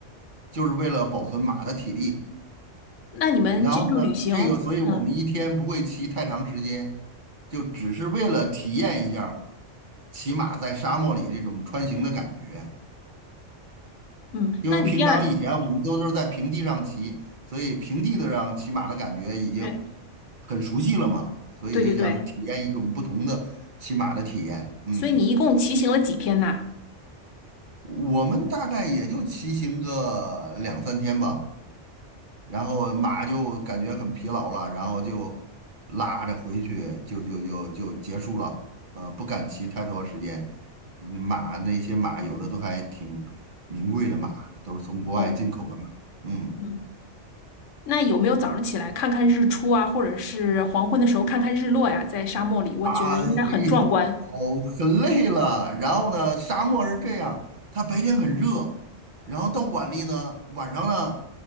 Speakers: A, on the right; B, on the left.
A: 就是为了保存马的体力。
B: 那你们这趟旅行，
A: 然后呢，这个，所以我们一天不会骑太长时间，
B: 嗯
A: 就只是为了体验一下骑马在沙漠里这种穿行的感觉。
B: 嗯，
A: 因为平常以前我们都是在平地上骑，
B: 那你第二，
A: 所以平地的上骑马的感觉已经
B: 对
A: 很熟悉了嘛，所以就想体验一种不同的骑马的体验。
B: 对对对，
A: 嗯，
B: 所以你一共骑行了几天呐？
A: 我们大概也就骑行个两三天吧，然后马就感觉很疲劳了，然后就拉着回去，就就就就结束了。呃，不敢骑太多时间，马那些马有的都还挺名贵的马，都是从国外进口的马。
B: 哦，
A: 嗯。
B: 嗯，那有没有早上起来看看日出啊，或者是黄昏的时候看看日落呀？在沙漠里，我觉得应该很壮观。
A: 啊，嘿，好，很累了。然后呢，沙漠是这样，它白天很热，然后到晚里呢，晚上呢，